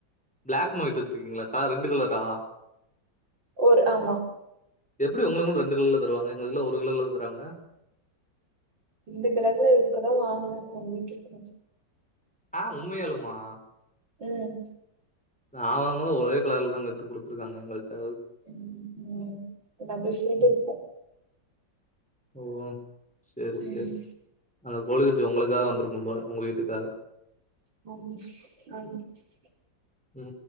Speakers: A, in the centre; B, on the right.
A: பிளாக் அண்ட் ஒயிட் வச்சிருக்கீங்களாக்கா ரெண்டு கலரா
B: ஒரு ஆமா
A: எப்டி உங்ளுக்கு மட்டு ரெண்டு கலர்ல தருவாங்க எங்ளுக்குல்ல ஒரு கலர்ல தருவாங்க
B: ரெண்டு கலர்ல இப்பதா வாங்னே ஒன் வீக் இருக்கு
A: ஆ உண்மையாளுமா
B: ம்
A: நா வாங்கம்போது ஒரே கலர்ல தாங்க எடுத்து கொடுத்துருக்காங்க எங்கள்ட்ட
B: ம் ம் ஏன்னா
A: ம்.
B: <unintelligible>
A: ஓ சேரி சேரி
B: ம்
A: அந்த கோழிக்குஞ்சி உங்களுக்காக வந்திருக்கு போல உங்க வீட்டுக்காக
B: <unintelligible>
A: ம்